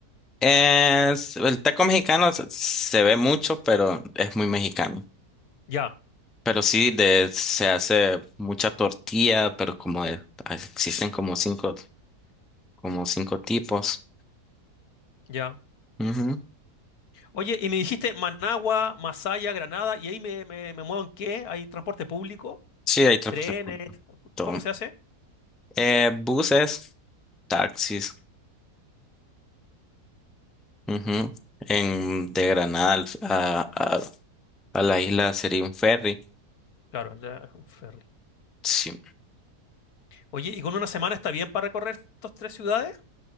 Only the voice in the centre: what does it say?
Es, el taco mexicano se, se ve mucho, pero es muy mexicano.
Pero sí, de, se hace mucha tortilla, pero como de- ah, existen como cinco, como cinco tipos.
Ujú.
Sí, hay transporte
público. Todo.
Eh, buses, taxis. ujú. En, de Granada al- a, a, a la isla sería un ferry.
Sí.